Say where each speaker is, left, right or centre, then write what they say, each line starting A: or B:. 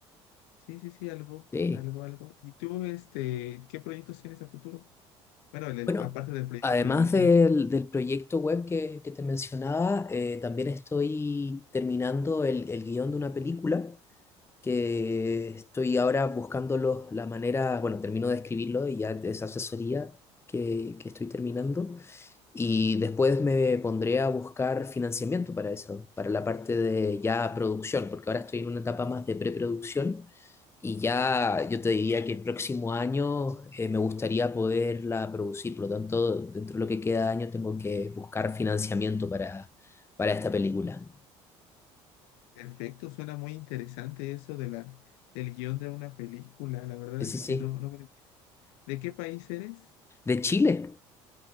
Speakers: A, on the left (about 75°); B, on the left (about 20°).
A: Sí, sí, sí, algo,
B: Sí.
A: algo, algo. ¿Y tú, este, qué proyectos tienes a futuro? Bueno, el- el-
B: Bueno,
A: aparte del proyecto
B: además
A: que me mencionabas.
B: del, del proyecto web que, que te mencionaba, eh, también estoy terminando el, el guión de una película. que estoy ahora buscando los- la manera, bueno, termino de escribirlo y ya esa asesoría que, que estoy terminando. Y después me pondré a buscar financiamiento para eso, para la parte de ya producción, porque ahora estoy en una etapa más de preproducción y ya yo te diría que el próximo año eh, me gustaría poderla producir. Por lo tanto, dentro de lo que queda de año tengo que buscar financiamiento para, para esta película.
A: Perfecto, suena muy interesante eso de la, del guión de una película. La verdad
B: Sí,
A: es
B: sí, sí.
A: que no, no me- ¿De qué país eres?
B: De Chile.